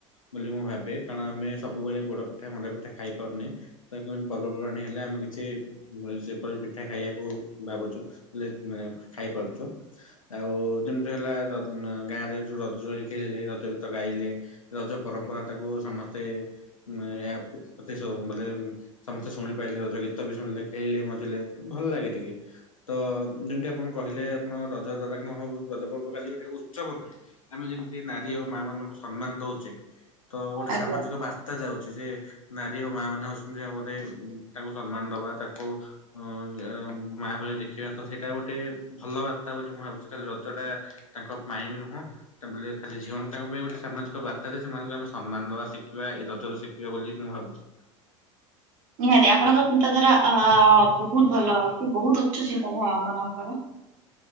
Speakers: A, on the left (about 90°); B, on the right (about 50°).
A: ବୋଲି ମୁଁ ଭାବେ କାରଣ ଆମେ ସବୁବେଳେ ପୋଡପି ପିଠା ମଣ୍ଡା ପିଠା ଖାଇ ପାରୁନି ପର୍ବପର୍ବାଣି ହେଲେ ଆମେ କିଛି ସେପରି ପିଠା ଖାଇବାକୁ ଭାବୁଛ ହେ ଖାଇପାରୁଛୁ ଆଉ ଯେମିତି ହେଲା ଗାଁରେ ଯୋଉ ରଜ ଦୋଳି ଖେଳିଲେ ରଜ ଗୀତ ଗାଇଲେ ରଜ ପରମ୍ପରା ତାକୁ ସମସ୍ତେ ମେଁ ବ ମାନେ ସମସ୍ତେ ଶୁଣିପାରିଲେ ରଜ ଗୀତ ବି ଶୁଣିଲେ ଖେଳିଲେ ମଜିଲେ ଭଲ ଲାଗେ ଟି େ ତ ଯେମତି ଆପଣ କହିଲେ ଆପଣ ରଜ ରଜା କଣ ହ ରଜ ପର୍ବ କାଲି ଗୋଟେ ଉତ୍ସବ ନୁହେଁ ଆମେ ଯେମିତି ନାରୀ ଓ ମା ମାନଙ୍କୁ ସମ୍ମାନ ଦଉଛଚେ ତ ଗୋଟେ
B: ଆଜ୍ଞା
A: ସାମାଜିକ ବାର୍ତ୍ତା ଯାଉଛି ଯେ ନାରୀ ଓ ମା ମାନେ ହଉଛନ୍ତି ଗୋଟେ ତାଙ୍କୁ ସମ୍ମାନ ଦବା ତାକୁ ଅ ଯା ଅଂ ମା ଭଳି ଦେଖିବା ତ ସେଇଟା ଗୋଟେ ଭଲ ବାର୍ତ୍ତା ବୋଲି ମୁଁ ଭାବୁଛି ଖାଲି ରଜଟା ତାଙ୍କ ପାଇଁ ବି ନୁହଁ ତା ଖାଲି ଝିଅଙ୍କ ତାଙ୍କ ପାଇଁ ଗୋଟେ ସାମାଜିକ ବାର୍ତ୍ତା ଯେ ସେମାନଙ୍କୁ ଆମେ ସମ୍ମାନ ଦବା ଶିଖିବା ଏ ରଜରୁ ଶିଖିବା ବୋଲି ମୁଁ ଭାବୁଚି
B: ନିହାତି ଆପଣଙ୍କର ଚିନ୍ତାଧାରା ଅ ବହୁତ ଭଲ ଅଛି ବହୁତ ଉଚ୍ଚ ଚିନ୍ତାଧାରା ଆପଣଙ୍କର।